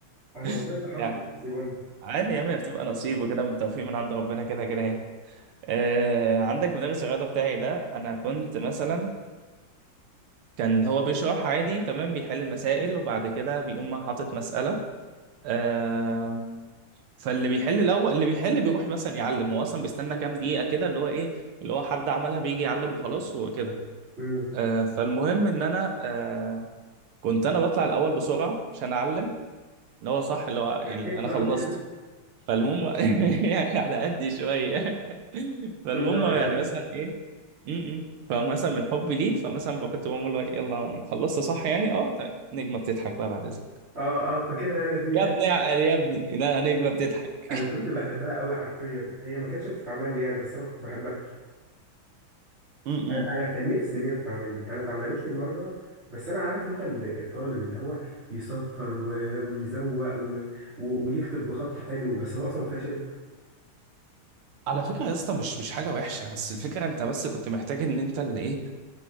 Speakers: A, on the right (about 30°); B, on the right (about 85°).
A: انا والله
B: <laughs>
A: طحنت
B: يعني
A: نفسي برضه
B: عادي يا عم هي بتبقى نصيب وكده من توفيق من عند ربنا كده كده يعني آه عندك مدرس الرياضه بتاعي ده انا كنت مثلا كان هو بيشرح عادي تمام بيحل المسائل وبعد كده بيقوم حاطط مساله آه فاللي بيحل الاول اللي بيحل بيروح مثلا يعلم هو اصلا بيستنى كام دقيقه كده اللي هو ايه اللي هو حد عملها بيجي يعلم وخلاص هو كده
A: امم
B: آه فالمهم ان انا آه كنت انا بطلع الاول بسرعه عشان اعلم اللي هو صح اللي هو يعني
A: لحقت
B: انا
A: بقى
B: خلصت
A: وكده
B: فالمهم <laughs> يعني على قدي شويه <laughs> فالمهم
A: كل ده على
B: يعني
A: قدك
B: مثلا ايه م -م. فمثلا من حبي ليه فمثلا بقى كنت بقول له يلا يعني خلصت صح يعني اه طيب. نجمه بتضحك بقى بعد اذنك
A: اه اه فاكرها انا دي
B: يا ابني اعقل يا ابني لا نجمه بتضحك
A: انا كنت بحبها قوي حرفيا هي ما كانتش بتتعمل لي يعني بس انا كنت بحبها
B: <laughs> م
A: انا
B: -م.
A: أنا كان نفسي ان هي تتعمل لي انا اتعملت لي مره بس انا عارف انت ال- الطالب اللي هو يسطر و... ويزوق و... و... ويكتب بخط حلو بس هو اصلا فاشل
B: على فكرة يا اسطى مش مش حاجة وحشة بس الفكرة انت بس كنت محتاج ان انت اللي ايه